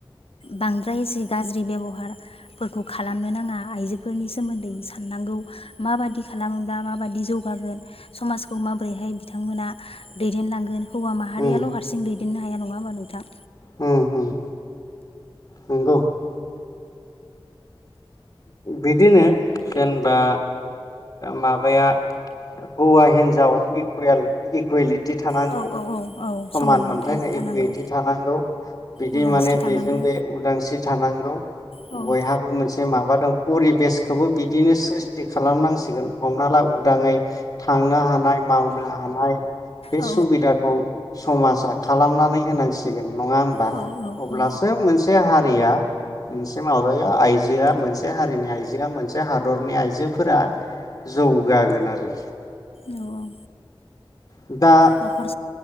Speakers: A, on the left; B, on the left.
A: बांद्राय एसे गाज्रि बेबहारफोरखौ खालामनो नाङा आइजोफोरनि सोमोन्दै साननांगौ माबादि खालामोबा मा माबादि जौगागोन समाजखौ माबोरैहाय बिथांमोना दैदेनलांगोन हौवा
B: उम
A: माहारियाल' हारसिं दै न्नो हाया नङा होमबा नोंथां
B: उम उम नंगौ बिदिनो जेनेबा माबाया हौवा हिन्जाव इकुवेल इकुवलिटि थि थानांगौ
A: औ औ औ औ
B: समान मोनथायनाय
A: मोनथाय थानांगौ
B: इकुइेटि थानांगौ बिदि
A: उदांस्रि
B: माने
A: थानांगौ
B: बेजों बे उदांस्रि थानांगौ
A: औ
B: बयहाबो मोनसे माबा दं परिबेसखौबो बिदिनो स्रिस्टि खालामनांसिगोन हमना ला उदाङै थांनो हा नाय मावनो हानाय बे
A: औ
B: सुबिदाखौ समाजा खालामनानै होनांसिगोन नङा होमबा
A: औ
B: अब्लासो
A: औ
B: मोनसे हा गैया मोनसे माबाया आइजोआ मोनसे से हारिनि आइजोआ मोनसे हा दरनि आइजोफोरा जौगागोन आरो
A: औ औ
B: दा
A: न'खर